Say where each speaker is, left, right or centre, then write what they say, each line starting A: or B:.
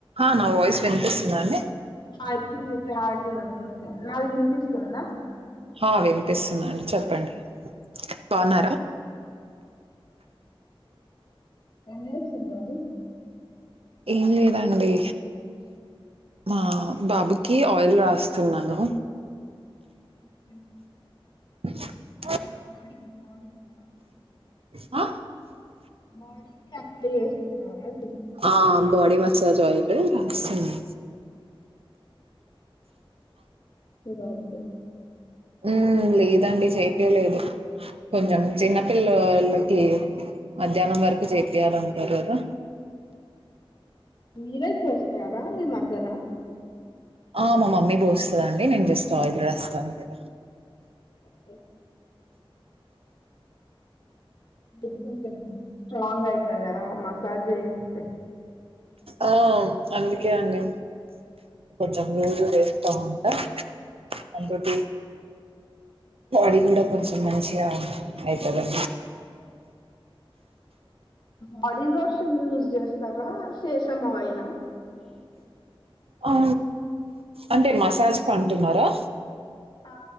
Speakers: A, on the right; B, on the left.
A: ఆ నా వాయిస్ వినిపిస్తుందా అండి
B: ఆ ఎ ప్రి క్లారిటీ ఉంది ఓకే నాది వినిపిస్తుందా
A: ఆ వినిపిస్తుందండి చెప్పండి బావున్నారా?
B: ఏం చేస్ ఎవరు
A: ఏం లేదండి మా బాబుకి ఆయిల్ రాస్తున్నాను
B: మ్మ్
A: <inaudible>
B: మోడీ మోడీ ఆ
A: ఆ
B: బాడీకి అప్లై చేస్తున్నారా అంటున్న
A: ఆ బాడి మసాజ్ ఆయిల్ రాస్తున్నా
B: మీ బాబుకు
A: హ్మ్ లేదండి చేపీయలేదు కొంచెం చిన్నపిల్లలకి మధ్యాహ్నం వరకు చేపీయాలంటారు కదా
B: మీరే చేస్తారా మీ మదరా
A: ఆ మా మమ్మీ పోస్తదండి నేను జస్ట్ ఆయిల్ రాస్తాను అంతే
B: <inaudible> <unintelligible> కొంచెం స్ట్రాంగ్ అయితది గదా మసాజ్ చేయిస్తే
A: ఆ అందుకే అండి కొంచం <unintelligible> అ ఒకటి అది కూడా కొంచెం మంచిగా అయితలే
B: బాడీ లోషన్ యూజ్ చేస్తారా సీసమ్ ఆయిలా
A: ఆ అంటే మసాజ్ పంటున్నారా
B: ఆ